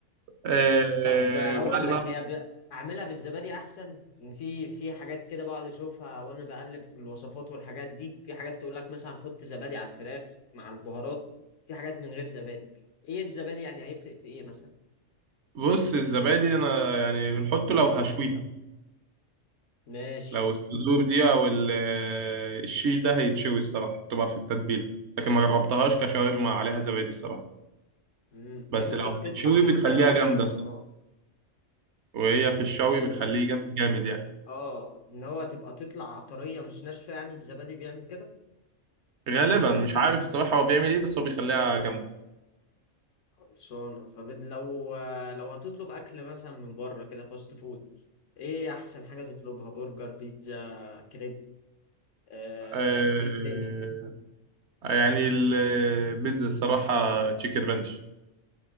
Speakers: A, on the right (about 65°); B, on the left (about 70°).
A: آه،
B: طب اقول
A: بعد ما
B: لك هي ب... اعملها بالزبادي احسن ان في في حاجات كده بقعد اشوفها وانا بقلب في الوصفات والحاجات دي في حاجات تقول لك مثلا حط زبادي على الفراخ مع البهارات في حاجات من غير زبادي ايه الزبادي يعني هيفرق في ايه مثلا
A: بص الزبادي انا يعني بنحطه لو هشويها
B: ماشي
A: لو الصدور دي او ال- الشيش ده هيتشوي الصراحة بتبقى في التتبيلة لكن ما جربتهاش كشاورما عليها زبادي الصراحة
B: امم
A: بس
B: هي ممكن
A: لو هتتشوي
B: تطلع جوسي
A: بتخليها
B: قوي
A: جامدة
B: يعني
A: الصراحة
B: اه
A: وهي في الشوي
B: ز-
A: بتخليه جامد جامد يعني
B: اه ان هو تبقى تطلع طريه مش ناشفه يعني الزبادي بيعمل كده
A: غالبا مش عارف الصراحة هو بيعمل ايه بس هو بيخليها جامدة
B: خلصانه طب لو لو هتطلب اكل مثلا من بره كده فاست فود ايه احسن حاجه تطلبها برجر بيتزا كريب آه،
A: آه
B: ايه الدنيا
A: يعني البيتزا الصراحة تشيكن رانش